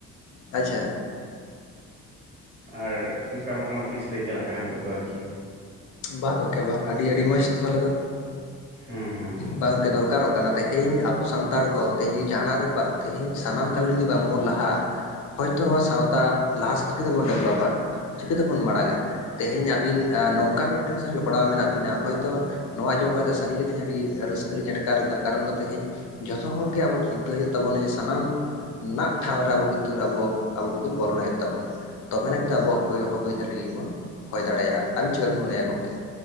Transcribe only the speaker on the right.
ᱟᱨ ᱚᱱᱠᱟ ᱢᱚᱴᱟ ᱢᱩᱴᱤ ᱥᱮᱨᱮᱧ ᱪᱟᱞᱟᱜ ᱠᱟᱱᱟ ᱱᱤᱛᱚᱜ ᱫᱚ ᱟᱨᱠᱤ᱾
ᱦᱩᱸ ᱦᱩᱸ